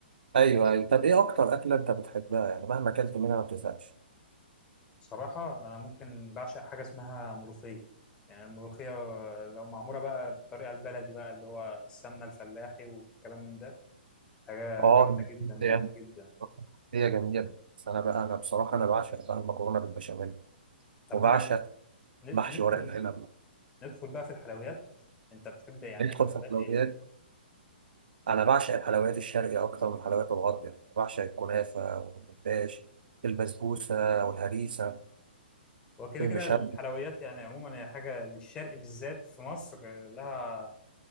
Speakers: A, on the right (about 60°); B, on the left (about 15°).
A: ايوه ايوه طب ايه اكتر اكله انت بتحبها يعني مهما اكلت منها ما بتزهقش
B: صراحه انا ممكن بعشق حاجه اسمها ملوخيه يعني الملوخيه لو معموله بقى بالطريقه البلدي بقى اللي هو السمنه الفلاحي والكلام من ده حاجه
A: اه
B: جامده جدا
A: يعني
B: جامده جدا
A: هي جميلة بس أنا بقى أنا بصراحة أنا بعشق بقى المكرونة بالبشاميل
B: طب
A: وبعشق
B: ن- ن-
A: محشي
B: ندخل
A: ورق العنب
B: ندخل بقى في الحلويات انت بتحب يعني
A: ندخل
B: حلويات
A: في الحلويات
B: ايه
A: انا بعشق الحلويات الشرقي اكتر من الحلويات الغربية بعشق الكنافة والمفتاش البسبوسة والهريسة
B: هو كده
A: المشب
B: كده الحلويات يعني عموما هي حاجة للشرق بالذات في مصر لها